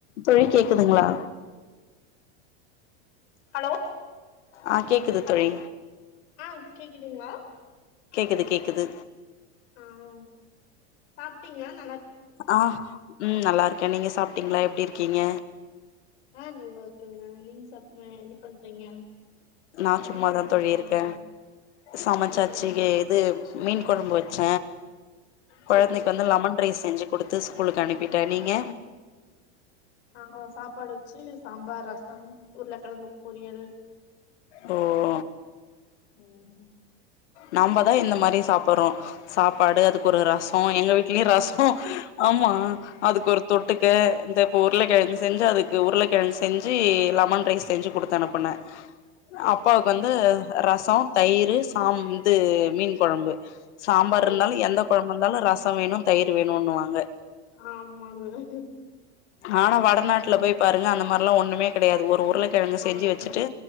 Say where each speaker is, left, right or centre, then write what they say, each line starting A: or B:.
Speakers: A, on the left; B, on the left.
A: தோழி கேக்குதுங்ளா
B: ஹலோ
A: ஆ கேக்குது
B: ஹலோ
A: தோழி
B: ஆ கேக்குதுங்க மேம்
A: கேக்குது கேக்குது
B: ஆவுன் சாப்ட்டீங்களாங்
A: ஆ ம் நல்லா இருக்கேன் நீங்க சாப்ட்டீங்ளா எப்டி இருக்கீங்க?
B: ஆ நல்லா இருக்கங்க நீங்க சாப் என்ன பண்றீங்க?
A: நா சும்மாதா
B: என்ன சாப்பாடு
A: தோழி
B: செஞ்சீங்க
A: இருக்கேன் சமச்சாச்சு
B: ம்
A: கே இது மீன் கொழம்பு வெச்ச கொழந்தைக்கு
B: சேரி சேரிங்க
A: வந்து லெமன் ரைஸ் செஞ்சு குடுத்து ஸ்கூலுக்கு அனுப்பிட்ட நீங்க
B: நாங்க சாப்பாடு வெச்சு சாம்பார், ரசம், உருளக்கிழங்கு பொரியல்
A: ஓ
B: ம்
A: நாமதா இந்த மாரி சாப்புடுறோ சாப்பாடு அதுக்கு ஒரு ரசோ எங்க வீட்லயு ரசோ ஆமா அதுக்கொரு தொட்டுக்க இந்தா நீ இப்ப உருளகிழங்கு செஞ்சு அது உருளக்கிழங்கு செஞ்சு லெமன் ரைஸ் செஞ்சு குடுத்து அனுப்புன
B: சேரி
A: அப்பாவுக்கு
B: சேரி
A: வந்து ரசோ, தயிரு சாம் இது மீன் கொழம்பு சாம்பார்
B: சேரி
A: இருந்தாலு
B: சேரி
A: எந்த கொழம் இந்தாலு ரசோ வேணு தயிர் வேணுன்னுவாங்க
B: ஆமாங்க அதா
A: ஆனா வடநாட்டுல போய் பாருங்க அந்த மாரில்லா ஒண்ணூமே கெடயாது ஒரு உருளகிழங்க செஞ்சு
B: ஆமா
A: வெச்சிட்டு